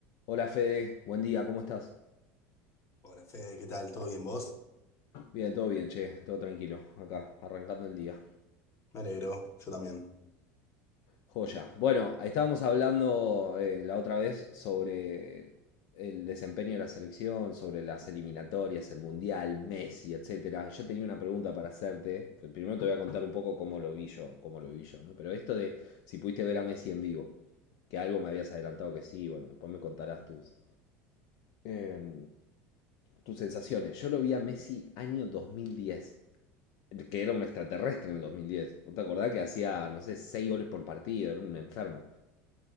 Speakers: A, on the left; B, on the left.
A: Hola Fede, buen día, ¿cómo estás?
B: Hola Fede, ¿qué tal? ¿Todo bien vos?
A: Bien, todo bien, che, todo tranquilo, acá, arrancando el día.
B: Me alegro, yo también.
A: Joya. Bueno, ahí estábamos hablando eh, la otra vez sobre el desempeño de la selección, sobre las eliminatorias, el Mundial, Messi, etcétera. Yo tenía una pregunta para hacerte. Pues, Primero te voy a contar un poco cómo lo vi yo, cómo lo vi yo, ¿no? Pero esto de si pudiste ver a Messi en vivo, que algo me habías adelantado que sí, bueno, después me contarás tus, em, tus sensaciones. Yo lo vi a Messi año dos mil diez. que era un extraterrestre en el 2010. ¿Vos te acordás que hacía, no sé, 6 goles por partido? Era un enfermo.